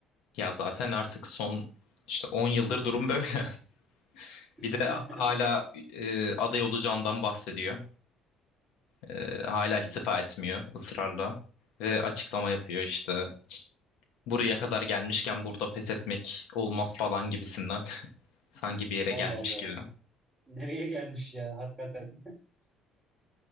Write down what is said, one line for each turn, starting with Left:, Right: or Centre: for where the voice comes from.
Left: Ya zaten artık son işte 10 yıldır durum böyle. <laughs>
Centre: <laughs>
Left: Bir de hala e, aday olacağından bahsediyor. E, hala
Centre: Hmm.
Left: istifa etmiyor ısrarla. Ve açıklama yapıyor işte. Buraya kadar gelmişken burada pes etmek olmaz falan gibisinden. <laughs> Sanki bir yere
Centre: Allah
Left: gelmiş
Centre: Allah
Left: gibi.
Centre: nereye gelmiş ya hakikaten.